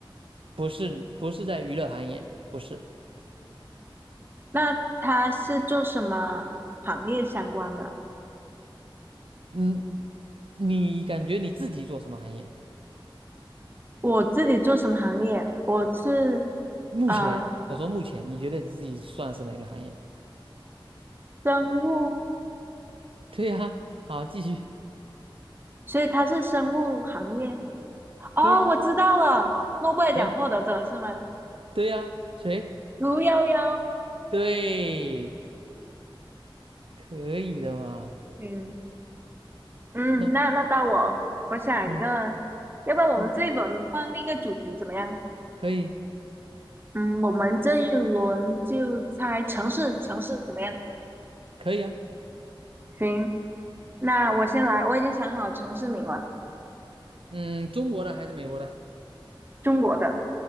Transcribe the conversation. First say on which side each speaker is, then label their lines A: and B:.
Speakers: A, on the right; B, on the right.
A: 不是，不是在娱乐行业，不是。
B: 那他是做什么行业相关的？
A: 嗯，你感觉你自己做什么行业？
B: 我自己做什么行业？我是
A: 目前，
B: 呃
A: 我说目前，你觉得你自己算是哪个行业？
B: 生物，
A: 对呀，好，继续。
B: 所以他是生物行业。哦，
A: 对呀，
B: 我知道了，诺贝尔奖获得者是吗？
A: 谁？对呀，谁？
B: 屠呦呦，
A: 对，可以的嘛？
B: 嗯嗯，
A: 那
B: 那那到我，我想一个，
A: 嗯
B: 要不然我们这一轮换另一个主题怎么样？
A: 嗯，可以，
B: 嗯，我们这一轮就猜城市，城市怎么样？
A: 可以啊。
B: 行，那我先来，我已经想好城市名了。
A: 嗯，中国的还是美国的？
B: 中国的